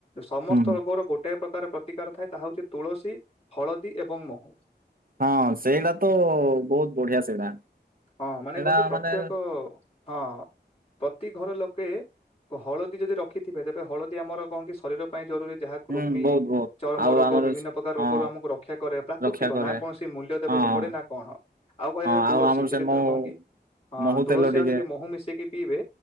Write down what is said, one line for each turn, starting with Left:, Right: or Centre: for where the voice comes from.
Left: ସମସ୍ତ
Right: ହୁଁ
Left: ରୋଗର ଗୋଟେ ପ୍ରକାର ପ୍ରକାର ପ୍ରତିକାର ଥାଏ ତାହା ହଉଛି ତୁଳସୀ ହଳଦୀ ଏବଂ ମହୁ।
Right: ହଁ ସେଇଗଟା ତ ବହୁତ ବଢିଆ ସେଇଟା।
Left: ହଁ ମାନେ
Right: ସେଇଟା
Left: କଣ କି ପ୍ରତ୍ୟେକ
Right: ମାନେ
Left: ହଁ ପ୍ରତି ଘର ଲୋକେ ହଳଦୀ ଯଦି ରଖିଥିବେ ତେବେ ହଳଦୀ ଆମର କଣ କି ଶରୀର ଜରୁରୀ ଯାହା କୃମି
Right: ହୁଁ ବହୁତ ବହୁତ
Left: ଚର୍ମ
Right: ଆଉ
Left: ରୋଗ
Right: ଆମର
Left: ବିଭିନ୍ନ ପ୍ରକାର
Right: ହଁ
Left: ରୋଗରୁ ଆମକୁ ରକ୍ଷା କରେ ପ୍ରାକୃତିକ
Right: ରକ୍ଷା କରେ
Left: ନା କୌଣସି ମୂଲ୍ୟ ଦେବାକୁ
Right: ହଁ ହଁ
Left: ପଡେ ନା କଣ ଆଉ କହିବା
Right: ହଁ
Left: ତୁଳସୀ
Right: ଆଉ ଆମର
Left: ଯି
Right: ସେ ମହୁ
Left: କଣ କି ହଁ
Right: ମହୁ
Left: ତୁଳସୀ
Right: ତେଲ ଟିକେ
Left: ଆଉ ଯଦି ମହୁ ମିଶେଇକି ପିଇବେ